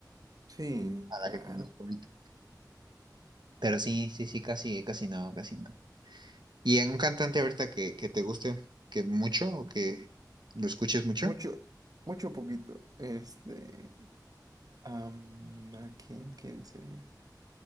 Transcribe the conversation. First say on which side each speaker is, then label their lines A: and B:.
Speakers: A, on the right; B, on the right.
A: Sí,
B: a
A: claro.
B: la que conozco ahorita. Pero sí, sí, sí, casi, casi no, casi no. ¿Y en un cantante ahorita que, que te guste que mucho o que lo escuches mucho?
A: Mucho, mucho poquito. Este, am, ¿a quién, quién sería?